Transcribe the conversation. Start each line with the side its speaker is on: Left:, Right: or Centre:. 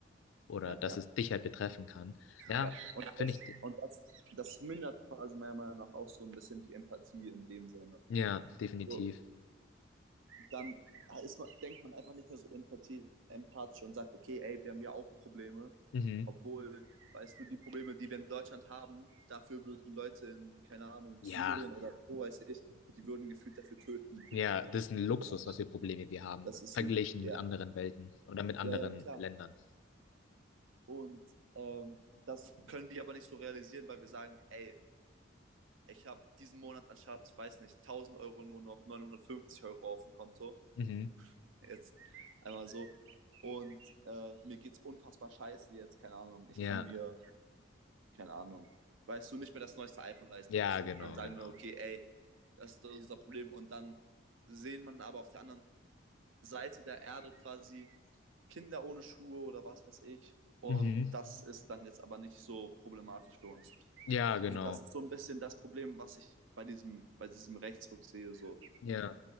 Left: Oder
Right: ja,
Left: dass
Right: ja.
Left: es dich halt betreffen kann. Ja,
Right: ja. Und,
Left: finde
Right: das,
Left: ich, de-
Right: und das, das mindert quasi meiner Meinung nach auch so ein bisschen die Empathie in dem Sinne.
Left: ja, definitiv.
Right: Also dann ist man, denkt man einfach nicht mehr so empathie, empathisch und sagt, okay, ey, wir haben ja auch Probleme.
Left: Mhm.
Right: Obwohl, weißt du, die Probleme, die wir in Deutschland haben, dafür würden Leute in, keine Ahnung,
Left: Ja.
Right: Syrien oder wo weiß ich, die würden gefühlt dafür töten, für
Left: Ja,
Right: die Probleme,
Left: das
Right: die
Left: ist
Right: wir
Left: ein Luxus,
Right: hier haben.
Left: was für Probleme wir haben,
Right: Das ist
Left: verglichen
Right: ein, ja,
Left: mit anderen Welten oder mit anderen
Right: ja, ja, klar.
Left: Ländern.
Right: Und ähm, das können wir aber nicht so realisieren, weil wir sagen, ey, ich habe diesen Monat anstatt, weiß nicht, 1000 Euro nur noch 950 Euro auf dem Konto.
Left: Mhm.
Right: Jetzt einmal so. Und äh, mir geht's unfassbar scheiße jetzt, keine Ahnung. Ich
Left: Ja,
Right: kann mir keine Ahnung, weißt du, nicht mehr das neueste iPhone leisten
Left: ja,
Right: oder so.
Left: genau,
Right: Und dann sagen
Left: genau.
Right: wir, okay, ey, das ist unser Problem. Und dann sehen man aber auf der anderen Seite der Erde quasi Kinder ohne Schuhe oder was weiß ich. Und
Left: Mhm.
Right: das ist dann jetzt aber nicht so problematisch für uns.
Left: Ja, genau.
Right: Also das ist so ein bisschen das Problem, was ich bei diesem, bei diesem Rechtsruck sehe. So.
Left: Ja,